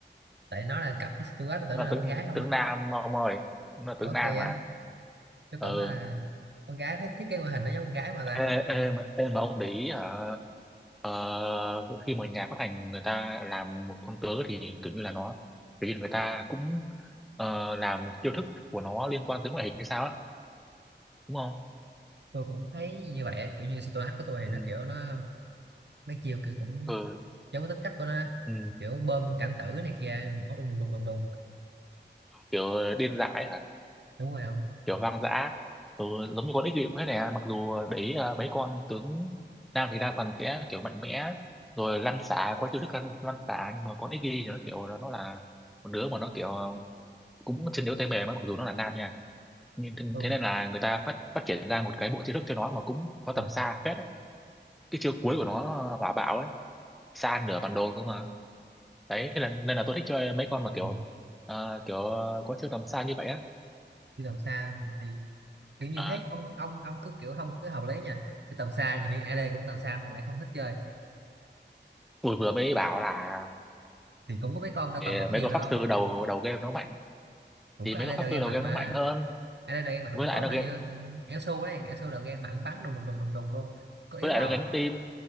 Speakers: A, on the right (about 65°); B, in the centre.
A: tại nó là cặp với Stuart tôi tưởng
B: là
A: nó là
B: tướng
A: con gái không
B: tướng
A: á
B: nam mà ông ơi là
A: ủa
B: tướng nam
A: kỳ vậy
B: mà
A: tôi
B: ừ
A: tưởng nó là con gái thấy thiết kế ngoại hình nó giống con gái mà ta
B: ê, ê, mà, ê mà ông để ý hả ờ, khi mà nhà phát hành người ta làm một con tướng thì kiểu như là nó kiểu như là người ta cũng ờ, làm chiêu thức của nó liên quan tới ngoại hình hay sao á đúng không
A: tôi cũng thấy như vậy á, kiểu như Stuart của tôi thì
B: ừ
A: nó kiểu nó mấy chiêu kiểu cũng
B: ừ
A: giống cái tính cách của nó á.
B: ừ,
A: kiểu bơm cảnh tử này kia nó đùng đùng đùng đùng đùng
B: kiểu ờ, điên dại hả
A: đúng rồi không
B: kiểu hoang dã ừ, giống như con ích bịu thế này à. mặc dù đấy à, mấy con tướng nam thì đa phần sẽ kiểu mạnh mẽ rồi lăn xả có chiêu thức lăn, lăn xả nhưng mà con ích thì nó kiểu nó là một đứa mà nó kiểu cũng chân yếu tay mềm á, mặc dù nó là nam nha nhưng thế
A: tôi
B: thế nên là người ta phát phát triển ra một cái bộ chiêu thức cho nó mà cũng có tầm
A: à,
B: xa phết ấy. cái chiêu cuối của nó hỏa bạo ấy xa nửa bản đồ cơ mà đấy thế là, nên là tôi thích chơi mấy con mà kiểu
A: thì
B: à, kiểu có chiêu tầm xa như vậy á
A: đi tầm xa thì kiểu như
B: Ờ,
A: thế ông ông ông cứ kiểu không cứ hợp lý nha cái tầm xa nhiều khi AD cũng tầm xa mà ông lại không thích chơi
B: tôi vừa mới bảo là
A: thì cũng có mấy con đâu
B: thì
A: cần bóc nhiều
B: mấy con
A: đâu
B: pháp sư
A: không
B: đầu
A: kiểu
B: đầu game nó mạnh
A: cũng
B: thì
A: có
B: mấy
A: AD
B: con pháp
A: đầu game
B: sư
A: mạnh
B: đầu game
A: mà
B: nó mạnh hơn
A: AD đầu game mạnh
B: với
A: cũng
B: lại
A: có
B: nó
A: mà
B: gánh-
A: như ừ, Elsu đấy Elsu đầu game mạnh bắn đùng đùng đùng đùng đùng luôn có yếu
B: với lại
A: đâu
B: nó gánh team